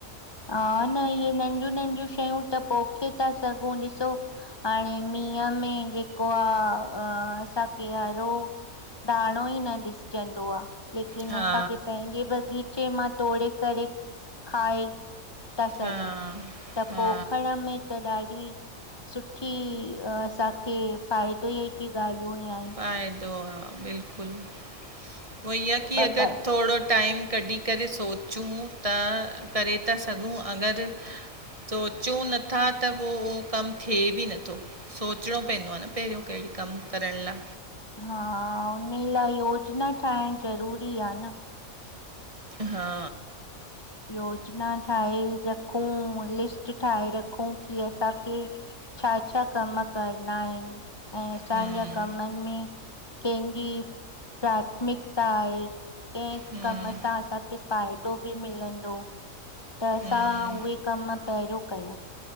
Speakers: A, on the left; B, on the right.
A: हा न, इह्ये नंढियूं- नंढियूं शयूं त पोखे ता सघुं ॾिसो हाणे मींहं में जेको आ असांखे हरो दाणों ई न ॾिसजंदो आ लेकिन
B: हा
A: असांखे पंहिंजे बगीचे मां तोड़े करे खाए था सघूं
B: हा
A: त
B: हा
A: पो खंण में त ॾाढी सुठी असांखे फाइदे जी ॻाल्हियूं ई आहिनि
B: फायदो आ बिल्कुलु वही आ की
A: ॿ
B: अगरि
A: ॿ
B: थोड़ो टाइम कढी करे सोचूं त करे ता सघूं अगरि सोचूं नथा त पो उहो कमु थिए बि नथो सोचिणो पैंदो आ न पहिरियों कहिड़ो कमु करण ला
A: हा उन्हे लाए योजना ठाहिण जरूरी आ न
B: हा।
A: योजना ठाहे रखूं, लिस्ट ठाहे रखूं की असांखे छा -छा कम करणा इनि ऐं असांजा
B: हम्म
A: कमनि में कंहिंजी प्राथमिकता आहे केंहे
B: हम्म
A: कम सां असांखे फाइदो बि मिलंदो त असां
B: हम्म
A: उहे कम पहिरियों कयूं